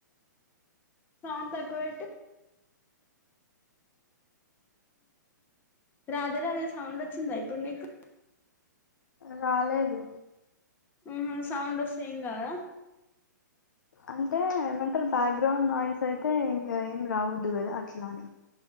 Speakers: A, on the left (about 20°); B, on the left (about 75°).
A: సౌండ్ తక్కువెట్టు రాధే రాధే సౌండ్ వచ్చిందా ఇప్పుడు నీకు
B: రాలేేదు
A: ఉహు సౌండ్ వస్తే ఎం కాదా
B: అంటే ఏమంటరు బ్యాక్గ్రౌండ్ నాయిస్ అయితే ఇంగ ఏమి రావద్దు కదా అట్లని